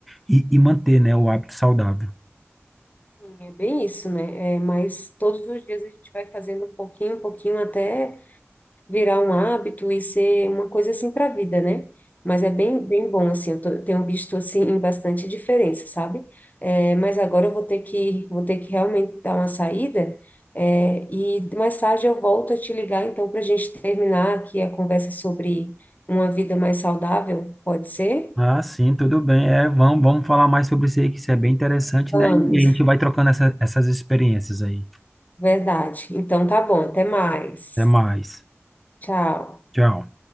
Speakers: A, in the centre; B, on the left.
A: e, e manter, né, o hábito saudável.
B: É bem isso, né? É, mas todos os dias a gente vai fazendo um pouquinho, um pouquinho até virar um hábito e ser uma coisa assim para a vida, né? Mas é bem, bem bom, assim, eu, tô- eu tenho visto, assim, bastante diferença, sabe? É, mas agora eu vou ter que, vou ter que realmente dar uma saída, é, e mais tarde eu volto a te ligar, então, para a gente terminar aqui a conversa sobre uma vida mais saudável, pode ser?
A: Ah, sim, tudo bem. É, vamos, vamos falar mais sobre isso aí, que isso é bem interessante,
B: Vamos,
A: né? E a gente vai trocando essa- essas experiências aí.
B: verdade. Então tá bom, até mais.
A: Até mais.
B: Tchau.
A: Tchau.